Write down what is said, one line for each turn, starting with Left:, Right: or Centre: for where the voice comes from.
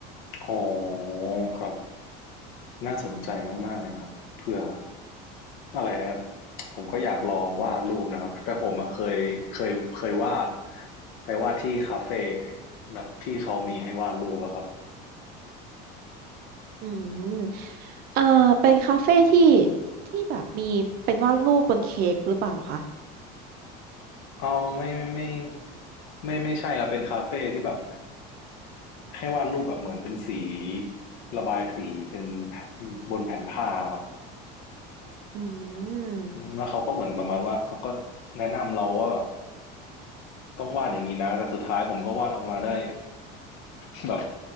Left: อ๋อครับน่าสนใจมากๆเลยครับเผื่ออะไรอะผมก็อยากลองวาดรูปนะครับแต่ผมอะเคยเคยเคยวาดไปวาดที่คาเฟ่แบบที่เขามีให้วาดรูปอะครับ
Right: อืมเอ่อเป็นคาเฟ่ที่ที่แบบมีเป็นวาดรูปบนเค้กหรือเปล่าคะ
Left: เอไม่ไม่ไม่ไม่ไม่ใช่ครับเป็นคาเฟ่ที่แบบให้วาดรูปแบบเหมือนเป็นสีระบายสีเป็นบนแผ่นผ้าครับ
Right: อืม
Left: อืมแล้วเขาก็เหมือนประมาณว่าเขาก็แนะนำเราว่าแบบต้องวาดอย่างนี้นะแต่สุดท้ายผมก็วาดออกมาได้ <laughs> แบบ